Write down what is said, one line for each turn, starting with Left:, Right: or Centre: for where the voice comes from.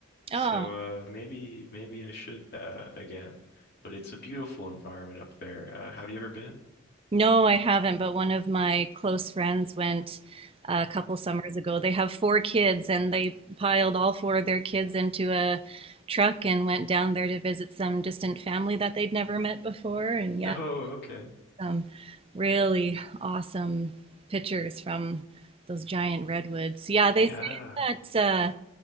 Left: So
Right: Oh,
Left: uh, maybe maybe I should uh, again, but it's a beautiful environment up there. Uh, have you ever been? <laughs>
Right: No, I haven't, but one of my close friends went uh, a couple summers ago. They have four kids, and they piled all four of their kids into a truck and went down there to visit some distant family that they'd never met before. And yeah,
Left: No, okay.
Right: some really awesome pictures from those giant redwoods. Yeah, they
Left: Yeah,
Right: say that uh,